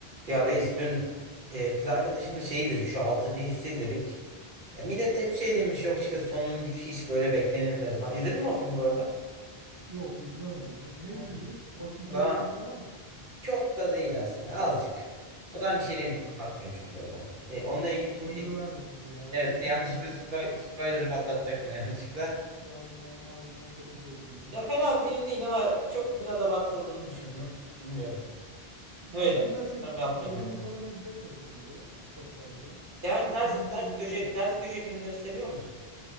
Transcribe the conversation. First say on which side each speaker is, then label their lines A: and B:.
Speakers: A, on the right; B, on the right.
A: Ya reis dün e, kız arkadaşımla şey izledik şu altıncı hissi izledik. Ya millet hep şey demiş yok işte sonuncu hiç böyle beklenilmedi falan. İzledin mi o filmi bu arada?
B: Yok izlemedim. Ney
A: Ha,
B: filmi? Korku gerilim
A: O zaman
B: falan mı?
A: çok da değil aslında azıcık. O zaman bir şey
B: Yani
A: demeyeyim anlatmayayım şimdi o zaman. E, onunla
B: ha,
A: ilgili
B: spoiler
A: bir şey diyecek.
B: verme şimdi ya.
A: Evet
B: Öyle filmlerde
A: yanlışlıkla spoil,
B: genelde
A: spoiler'ı patlatacaktım <laughs> yanlışlıkla.
B: vallahi ağzından kaçırıyordun ama.
A: Ya fena bir film değil ama çok biraz abartıldığını düşündüm. Bilmiyorum.
B: Ya
A: Evet.
B: ben daha çok
A: Yorum yapmayayım
B: gerilim
A: efendim.
B: falan izlemiyorum böyle çok fazla.
A: Yani
B: Daha çok
A: ters
B: bilim
A: ters
B: kurgudayım
A: köşe ters
B: ben.
A: köşe filmleri seviyor musun?